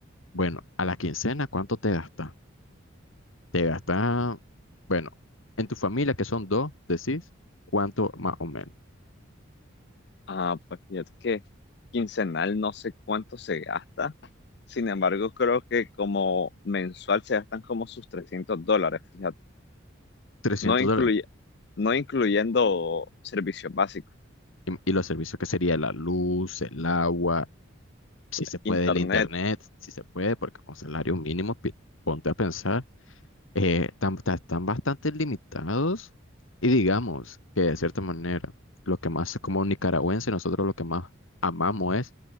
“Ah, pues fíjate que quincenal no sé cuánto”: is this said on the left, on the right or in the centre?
Left